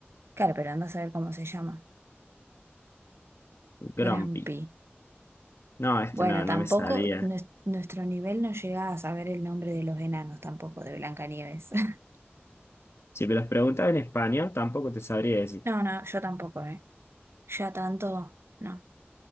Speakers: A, on the right (about 75°); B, on the left (about 90°).
A: Claro, pero anda a saber cómo se llama.
B: Grumpy.
A: Grampi.
B: No, este
A: Bueno,
B: no, no
A: tampoco
B: me salía.
A: nues- nuestro nivel no llega a saber el nombre de los enanos tampoco de Blancanieves. <laughs>
B: Si me los preguntaba en español, tampoco te sabría decir.
A: No, no, yo tampoco, ¿eh? Ya tanto, no.